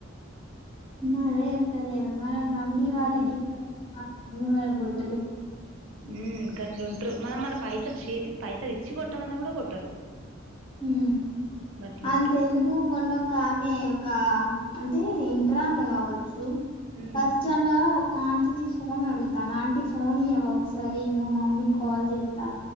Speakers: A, on the left; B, on the right.
A: మరే ఎర్తలేదో మనం నమ్మి
B: హ్మ్.
A: వాళ్ళకి ఇత్తం గని వాళ్ళు నమ్మి మనకు కొట్టలేదు
B: ఉ గట్లుంట్రు మనం మన పైసలు చేతికి పైసలు ఇచ్చి కొట్టమన్నా కూడా కొట్టరు
A: హు
B: గట్లుంట్రు
A: అంతెందుకు మొన్న ఒక ఆమె ఒక అంటే ఇంటర్ ఆమె కావ చ్చు
B: ఉమ్
A: ఫస్ట్ అన్ల ఒక ఆంటికి ఫోన్ అడుగుతాను ఆంటీ ఫోన్ ఇయవా ఒకసారి మా మమ్మీకి కాల్ చేత్త